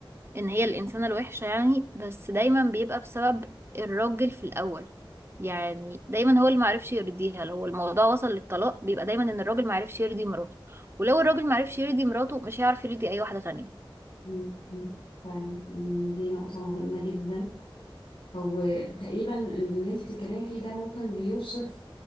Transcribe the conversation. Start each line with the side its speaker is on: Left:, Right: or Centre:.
Right: ان هي الانسانه الوحشه يعني بس دايما بيبقى بسبب الراجل في الاول يعني دايما هو اللي معرفش يرضيها لو الموضوع وصل للطلاق بيبقى دايما ان الراجل معرفش يرضي مراته ولو الراجل معرفش يرضي مراته مش هيعرف يرضي اي واحده تانية
Left: مم، عندك حق فعلا مم، دي نقطة مهمة جدا وتقريبا اللي انتي بتتكلمي فيه ده ممكن بيوصف